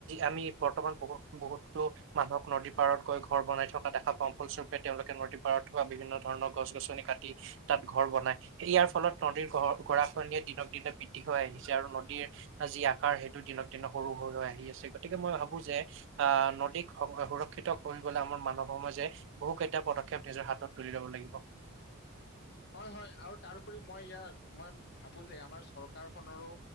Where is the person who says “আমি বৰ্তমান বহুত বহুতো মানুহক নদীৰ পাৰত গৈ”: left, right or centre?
Right